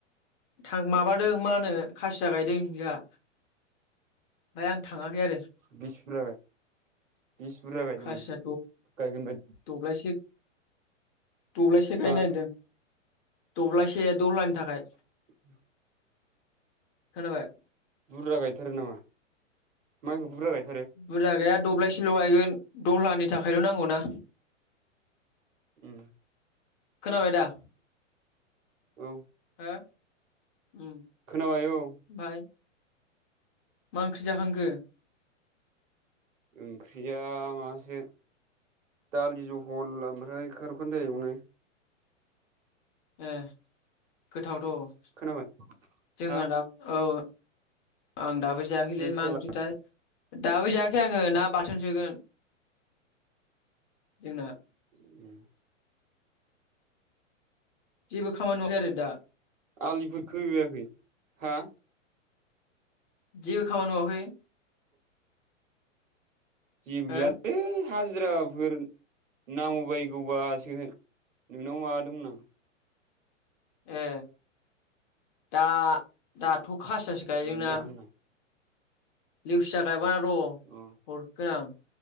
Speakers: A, on the left; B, on the right.
A: थां माबादों मा होनो खासिया गायदों जोंहा। ओमफ्राय आं थाङाखै आरो
B: बिसि बुरजा बिस बुरजा गायदोंबादि
A: खासिया
B: गायगोन बायदि?
A: द से दब्लायसे गायनो
B: हा
A: नागिरदों। दब्लायसे दह्लानि थाखाय।
B: उम
A: खोनाबाय
B: बुरजा गायथारो नामा माइखौ बुरजा गायथार
A: बुरजा गैया दब्लायसेल गायगोन दहलानि थाखायल नांगौ ना
B: उम
A: खोनाबाय दा
B: औ
A: हो उ
B: खोनाबाय औ
A: बाय मा ओंख्रि जाखांखो
B: ओंख्रिया माबासो दालि जहल ओमफ्राय खारुं खान्दार एवनाय
A: <unintelligible> गोथावथ
B: खोनाबाय
A: जोङो
B: हा
A: दा औ आं दाबो जायाखैलै
B: नोंस्रालाय
A: मा ओंख्रिथाय दाबो जायाखै आङो ना बाथोन सोगोन जोंना
B: <unintelligible>
A: जेबो खामानि मावाखै आरो दा
B: आलिफोर खोहैयाखै हा
A: जिबो खामानि मावाखै
B: जिबो
A: हो
B: गैयालै हाजिराफोर नांगौबायगौबासो नोंनाव माबा दोंमोन आं
A: ए दा दाथ खासियासो गायो
B: मोनबाय
A: जोंना
B: होनना
A: <unintelligible> बार हरगोन
B: अ
A: आं